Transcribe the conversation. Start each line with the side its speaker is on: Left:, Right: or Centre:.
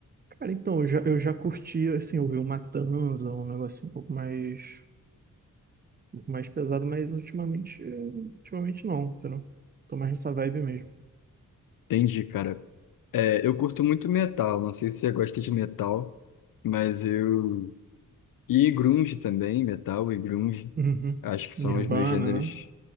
Right: Cara, então, eu já, eu já curti, assim, ouvir um Matanza, um negócio um pouco mais, um pouco mais pesado, mas ultimamente, eh, ultimamente não, entendeu? Tô mais nessa vibe mesmo.
Left: Entendi, cara. É, eu curto muito metal, não sei se você gosta de metal, mas eu... E grunge também, metal e grunge,
Right: Uhum.
Left: acho que são
Right: Nirvana,
Left: os meus gêneros
Right: né?